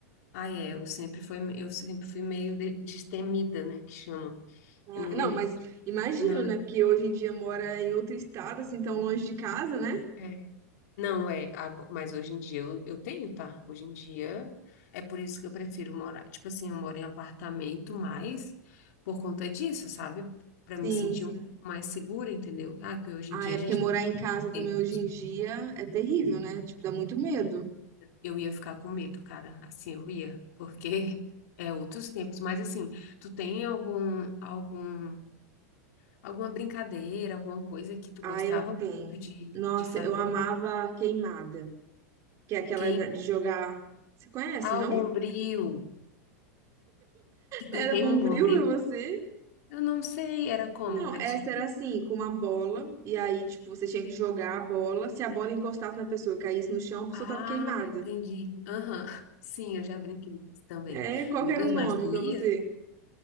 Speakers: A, on the left; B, on the right.
A: Ah, é, eu sempre fui, eu sempre fui meio de- destemida, né, que chama.
B: Ah,
A: Eu não,
B: não,
A: não,
B: mas imagino,
A: nada.
B: né? Porque hoje em dia mora em outro estado, assim, tão longe de casa, né?
A: É. Não, é, ago- mas hoje em dia eu, eu tenho, tá? Hoje em dia é por isso que eu prefiro morar. Tipo assim, eu moro em apartamento, mas por conta disso, sabe? Para
B: Sim,
A: me sentir
B: sim.
A: um pouco mais segura, entendeu? Ah, que hoje
B: Ah,
A: em dia
B: é
A: a
B: porque
A: gente
B: morar em casa também
A: tem.
B: hoje em dia é terrível, né? Tipo, dá muito medo.
A: Eu ia ficar com medo, cara. Assim, eu ia, porque é outros tempos. Mas assim, tu tem algum algum Alguma brincadeira, alguma coisa que tu
B: Ah,
A: gostava
B: eu tenho.
A: muito de,
B: Nossa,
A: de fazer?
B: eu amava queimada, que é aquela
A: Queim...
B: da- de jogar. Você conhece,
A: Ah,
B: não?
A: o bombril. Que
B: Era
A: tu queima
B: bombril
A: o bombril?
B: pra você?
A: Eu não sei, era como
B: Não,
A: pra
B: essa
A: ti?
B: era assim, com uma bola, e aí, tipo, você tinha que jogar a bola. Se a bola encostasse na pessoa, caísse no chão, a pessoa
A: Ah,
B: tava queimada.
A: entendi. Aham, <laughs> Sim, eu já brinquei disso também.
B: É, qual
A: Meu
B: que era
A: Deus,
B: o nome
A: mas doía?
B: pra você?